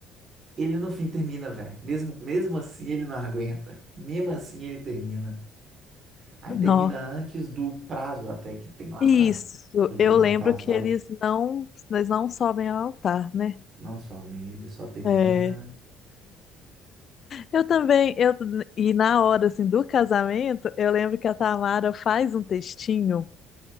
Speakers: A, on the right; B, on the left.
A: ele no fim termina, velho. Mesmo, mesmo assim ele não aguenta. Mesmo assim ele termina. Aí termina
B: Nó.
A: antes do prazo até que tem lá
B: Isso,
A: pra subir
B: eu
A: no
B: lembro
A: altar, sabe?
B: que eles não, eles não sobem ao altar, né?
A: Não some, ele só termina.
B: É. Eu também, eu, e na hora assim, do casamento, eu lembro que a Tamara faz um textinho